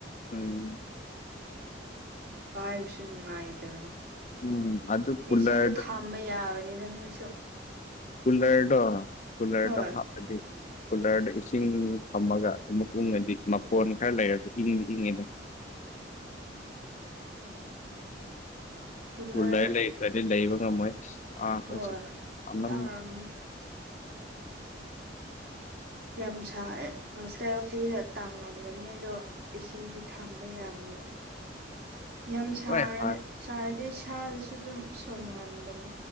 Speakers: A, on the left (about 40°); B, on the right (about 55°).
A: ꯎꯝ
B: ꯄꯥꯏꯕꯁꯨ ꯅꯨꯡꯉꯥꯏꯇꯕꯅꯤ
A: ꯎꯝ ꯑꯗꯨ ꯀꯨꯂꯔꯗꯨ
B: ꯑꯦꯁꯤꯗ ꯊꯝꯕ ꯌꯥꯕꯅꯤꯅ ꯅꯣꯏꯁꯨ
A: ꯀꯂꯔꯗꯣ ꯀꯂꯔꯗꯣ
B: ꯍꯣꯏ
A: ꯍꯥꯗꯤ ꯀꯨꯂꯔꯗ ꯏꯁꯤꯡ ꯊꯝꯃꯒ ꯑꯃꯨꯛ ꯎꯪꯉꯗꯤ ꯃꯄꯣꯟ ꯈꯔ ꯂꯩꯔꯁꯨ ꯏꯪꯗꯤ ꯏꯪꯉꯤꯅ
B: ꯀꯨꯂꯔ
A: ꯁꯨꯜꯂ ꯂꯩꯇ꯭ꯔꯗꯤ ꯂꯩꯕ ꯉꯝꯃꯣꯏ ꯑꯥ ꯑꯩꯈꯣꯏꯁꯦ
B: ꯍꯣꯏ
A: ꯌꯥꯝꯅ
B: ꯇꯥꯎꯔꯝꯃꯅꯤ ꯌꯥꯝ ꯁꯥꯏ ꯍꯣꯁꯇꯦꯜ ꯐꯤꯒ ꯇꯥꯡꯉꯝꯒꯅꯤ ꯑꯗꯣ ꯏꯗꯤ ꯊꯝꯕ ꯌꯥꯕꯅꯤꯗ ꯌꯥꯝ ꯁꯥꯔ
A: ꯍꯣꯏ ꯍꯥꯟꯅ
B: ꯁꯥꯔꯗꯤ ꯁꯥꯗꯨꯁꯨ ꯑꯗꯨꯝ ꯁꯣꯟꯅꯍꯟꯕꯅꯦ